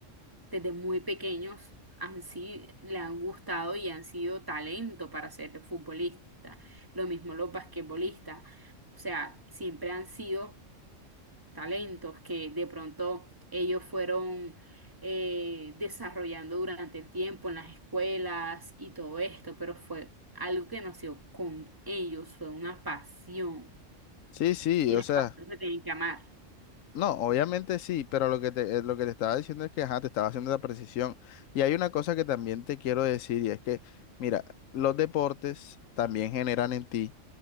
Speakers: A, on the right; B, on the left.
A: desde muy pequeños han, sido le han gustado y han sido talento para ser futbolista. Lo mismo los basquetbolistas. O sea, siempre han sido talentos que de pronto ellos fueron eh, desarrollando durante el tiempo en las escuelas y todo esto, pero fue algo que nació con ellos, fue una pasión
B: Sí, sí,
A: y
B: o
A: las
B: sea,
A: pasiones se tienen que amar.
B: no, obviamente sí, pero lo que te, eh, lo que te estaba diciendo es que, ajá, te estaba haciendo la precisión. Y hay una cosa que también te quiero decir y es que, mira, los deportes también generan en ti,